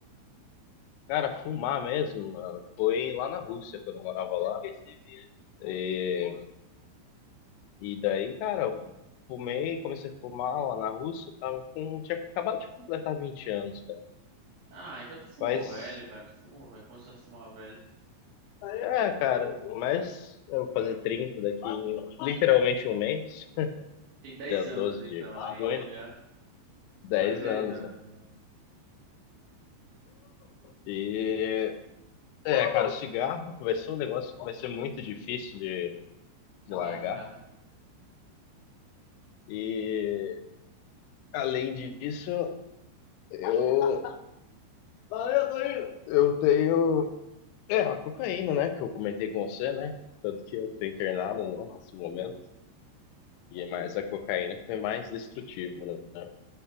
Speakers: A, on the left (about 80°); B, on the right (about 60°).
A: cara, fumar mesmo, mano, foi lá na Rússia, quando eu morava lá. E, e daí, cara, eu fumei, comecei a fumar lá na Rússia, eu tava com, tinha acabado de completar 20 anos, cara.
B: Ah, então tu fumou
A: Mas,
B: velho, cara. Tu fumou velho, começou a fumar velho.
A: é, cara, mas eu vou fazer 30 daqui literalmente um mês.
B: Tem 10
A: dia
B: anos
A: 12
B: então
A: de
B: aí,
A: junho,
B: né, já.
A: dez
B: Vai 10
A: anos.
B: anos
A: né,
B: já
A: E é, cara, o cigarro vai ser um negócio que vai ser muito difícil de,
B: de
A: de
B: largar.
A: largar. E além disso, eu, <laughs> Valeu, tô indo. eu tenho. É, a cocaína, né? Que eu comentei com você, né? Tanto que eu tô internado não, nesse momento. E mais a cocaína foi mais destrutiva, né?